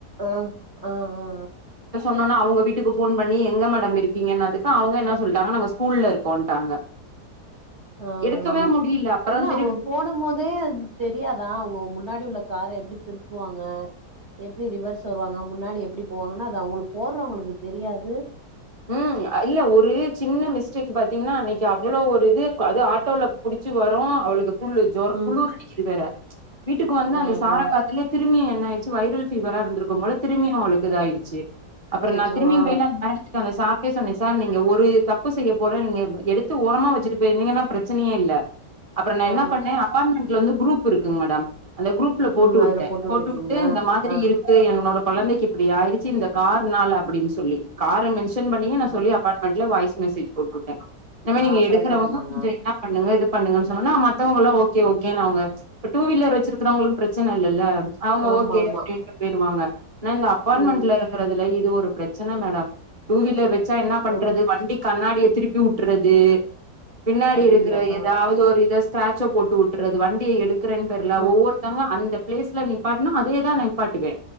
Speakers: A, on the right; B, on the right.
A: ஆ ஆ ஆ ஆ
B: ன ஒன்னே அவுங்க வீட்டுக்கு ஃபோன் பண்ணி எங்க மேடம் இருக் கீங்க இன்னதுக்கு அவுங்க என்ன சொல்ட்டாங்க நாங்க ஸ்கூல்ல இருக்கோன்ட்டாங்க
A: ஆ
B: எடுக்கவே
A: ஆ
B: முடியல அப்பற
A: இல்ல
B: திருப்
A: அவங்களுக்கு போடமோதே அது தெரியாதா உங்க முன்னாடி உள்ள கார எப்டி திருப்புவாங்க எப்டி ரிவர்ஸ் வருவாங்க முன்னாடி எப்டி போவாங்கன்னா அது அவங்களுக்கு போடறவங்களுக்கு தெரியாது
B: ம் இல்ல ஒரு சின்ன மிஸ்டேக் பாத்தீங்கன்னா அன்னைக்கு அவ்ளோ ஒரு இது அது ஆட்டோல புடிச்சி வரும் அவளுக்கு குளு ஜொர
A: ம்
B: குளுர் அடிக்குது வேற வீட்டுக்கு வந்து
A: ஆ ஆ
B: அந்த சார காத்துலே திரும்பி என்னா ஆயிடுச்சி வைரல் பீவரா இருந்துருக்கும் போல திரும்பி அவளுக்கு இதா ஆயிடுச்சு அப்புறம்
A: அச்சச்சோ
B: நான் திரும்பியும்
A: ஆ
B: போய் அந்த மேட அந்த சார்ட்டே சொன்னேன் சார் நீங்க ஒரு தப்பு செய்ய போல நீங்க எடுத்து ஓரமா வச்சிட்டு போயிருந்தீங்கன்னா பிரச்சனையே இல்ல அப்பறம் நான்
A: ஆ ஆ
B: என்ன பண்ணேன் அபார்ட்மெண்ட்ல வந்து குரூ ப் இருக்குங் மேடம் அந்த குரூப்ல போட்டு
A: ஆ ம்
B: உட்டன்
A: அதுல
B: போட்டு
A: விட்டுட்டீங்களா
B: உட்டு இந்த மாதிரி
A: ஆ
B: இருக்கு எங்களோட கொழந்தைக்கு இப்டி ஆயிடுச்சி இந்த கார் நால அப்டின் சொல்லி கார மென் ஷன் பண்ணியே நா
A: ஆம்
B: சொல்லி அப்பார்ட்மெண்ட்ல வாய்ஸ் மெசேஜ் போட்டுட்டேன் இனிமே
A: ஆ
B: நீங்க
A: அப்புறோ
B: எடுக்கறவங்க
A: என்ன பண்ணாங்க
B: கொஞ்சம் என்ன பண்ணுங்க இது பண்ணுங்கன்னு சொன்னோனே மத்தவங்கலாம் ஓகே ஓகே அவுங்க இப்ப டூ வீலர் வச்சிருக்கிறவங்களுக்கு பிரச்சனை இல்லல அவுங்க
A: ஆமா
B: ஓகே
A: ஆமா
B: அப்படின்னுட்டு போயிருவாங்க நான் இந்த அப்பார்ட்மெண்ட்ல
A: ம்
B: இருக்கறதுல இது ஒரு பிரச்சனை மேடம் டூ வீலர் வை செர் என்ன பண்றது
A: ஆ
B: வண்டி கண்ணாடிய திருப்பி வுட்டுறது பின்னாடி
A: ஐயையோ
B: இருக்குற ஏதாவது
A: ஆ
B: ஒரு இத ஸ்கிராட்ச்ச போட்டு வுட்டுறது வண்டியை எடுக் குறேன் பேர்ல
A: ம்
B: ஒவ்வொருத்தவங்க அந்த பிளேஸ்ல நிப்பாட்டுனா அதேதான் நான் நிப்பாட்டுக்கு